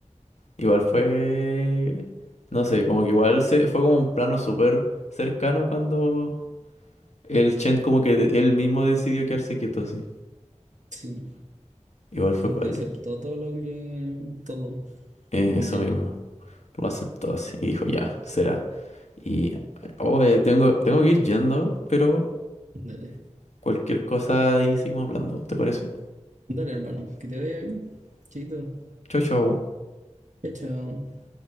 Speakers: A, on the left (about 65°); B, on the right (about 80°).
A: Igual fue, no sé, como que igual se, fue como un plano súper cercano cuando el Chen como que de- él mismo decidió quedarse quieto así.
B: sí,
A: Igual fue
B: como
A: cuático.
B: que aceptó todo lo que, todo,
A: Eh,
B: literal.
A: eso mismo. Lo aceptó así. Y dijo, ya, será. Y, oh, eh, tengo, tengo que ir yendo, pero
B: Dale,
A: cualquier cosa ahí seguimos hablando. ¿Te parece?
B: dale hermano, que te vaya bien, chiquito.
A: Chau, chau.
B: Chao, chao.